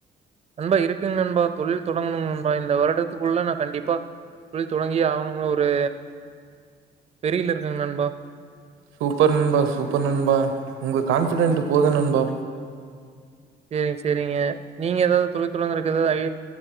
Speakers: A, on the right; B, on the right.
A: நண்பா இருக்குங்க நண்பா. தொழில் தொடங்கணுங் நண்பா இந்த வருடத்துக்குள்ள நா கண்டிப்பா தொழில் தொடங்கியே ஆவுனுங்ற ஒரு வெறில இருக்கங் நண்பா
B: சூப்பர் நண்பா சூப்பர் நண்பா உங்க கான்பிடென்ட் போது நண்பா
A: சேரிங் சேரிங்க நீங்க ஏதாவது தொழில் தொடங்றதுக்கு ஏதாவது ஐ